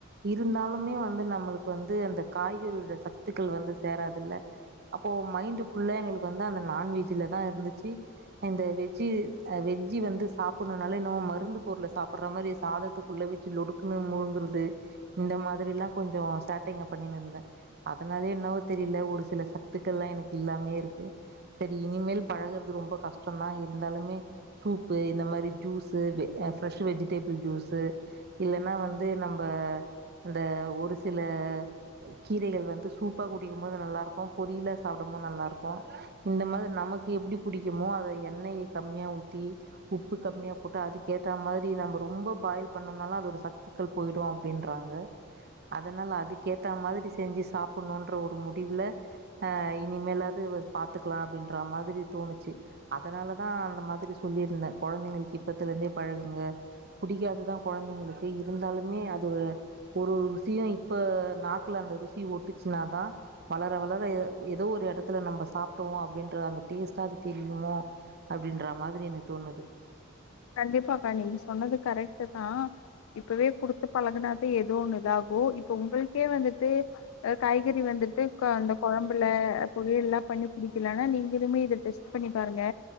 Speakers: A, on the right; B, on the left.
A: இருந்தாலுமே வந்து நம்மளுக் வந்து அந்த காய்கறி உள்ள சத்துக்கள் வந்து சேராதுல்ல அப்போ மைண்ட் ஃபுல்லா எங்ளுக்கு வந்து அந்த நான்வெஜ்ஜில தா இர்ந்துச்சி இந்த வெஜ்ஜி வெஜ்ஜி வந்து சாப்புட்ணூனாலே என்னவோ மர் ருந்து பொருள சாப்பிட்ற மாரி சாதத்துக்குள்ள வச்சு லொடுக்குன்னு முழுங்குறது இந்த மாதிரிலா கொஞ்சோ ஸ்டார்டிங்க பண்ணின்ந்தே அதனால என்னவோ தெரில ஒரு சில சத்துக்கள்லா எனக்கு இல்லாமே இருக்கு செரி இனிமேல் பழகுறது ரொம்ப கஷ்டோந்தா இருந்தாலுமே சூப்பு இந்த மாரி ஜூஸு பெ ஆ ஃப்ரெஷ் வெஜிடேபிள் ஜூஸு இல்லன்னா வந்து நம்ப இந்த ஒரு சில கீரைகள் வந்து சூப்பா குடிக்கும்போது நல்லாருக்கூ பொரியலா சாப்டும் ம நல்லார்க்கூ இந்த மாரி நமக்கு எப்டி புடிக்குமோ அத எண்ணெய் கம்மியா ஊத்தி உப் பு கம்மியா போட்டா அது கேத்த மாத்ரி நம்ம ரொம்ப பாயில் பண்ணோனாலு அதோட சத்துக்கள் போயிடூ அப்டின்றாங்க அதனால அதுக்கேத்த மாதிரி செஞ்சு சாப்புட்ணூன்ற ஒரு முடிவுல ஆ இனிமேலாது பாத்துக்கலா அப்டின்ற மாதிரி தோணுச்சு அதனாலதா அந்த மாதிரி சொல்லியிருந்தே கொழந்தைங்களுக்கு இப் ப்பத்துலேந்தே பழகுங்க புடிக்காதுதா கொழந்தைங்களுக்கு இருந்தாலுமே அது ஒரு ஒரு விஷியோ இப்ப நாக்கல அந்த ருசி ஒட்டுச்சுனா தான் வளர வளர ஏதோ ஒரு எடத்துல நம்ம சாப்ட்டோ அப்படின்ற அந்த டேஸ்ட அது தெரியுமோ அப்படின்ற மாதிரி எனக்கு தோணுது
B: கண்டிப்பாக்கா நீங்க சொன்னது கரெக்ட் தான் இப்பவே குடுத்து பழகுனாதான் எதோ ஒண்ணு இதாகு இப்ப உங்களுக்கே வந்துட்டு காய்கறி வந்துட்டு அந்த குழம்புல பொறியல பண்ணி புடிக்கலா நீங்கலுமே இத டெஸ்ட் பண்ணி பாருங்க